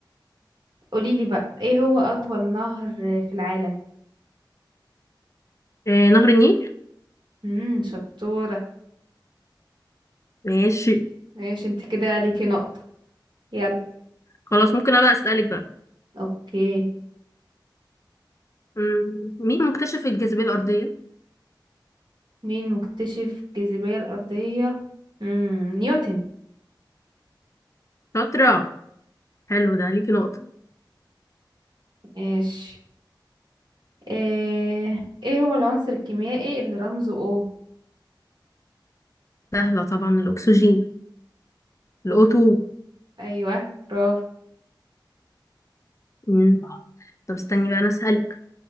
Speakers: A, on the right (about 65°); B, on the left (about 40°).
A: قوليلي بقى ايه هو أطول نهر في العالم؟
B: آه نهر النيل
A: امم شطورة
B: ماشي
A: ماشي انت كده ليكي نقطة يلا
B: خلاص ممكن انا بقى اسالك بقى
A: اوكي
B: مم، مين مكتشف الجاذبيه الارضيه
A: مين مكتشف الجاذبية الأرضية؟ امم نيوتن
B: شاطره حلو ده ليكي نقطه
A: ماشي ايه ايه هو العنصر الكيميائي اللي رمزه O؟
B: سهله طبعا الاكسجين الاوتو
A: ايوه برافو
B: مم. طب استني بقى انا اسالك